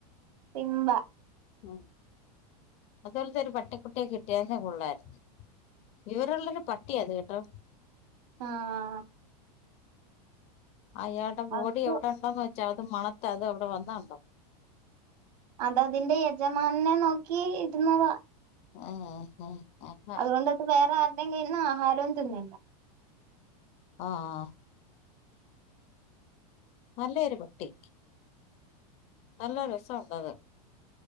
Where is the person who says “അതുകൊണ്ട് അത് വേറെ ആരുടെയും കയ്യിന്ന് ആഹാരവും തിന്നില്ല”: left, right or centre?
Right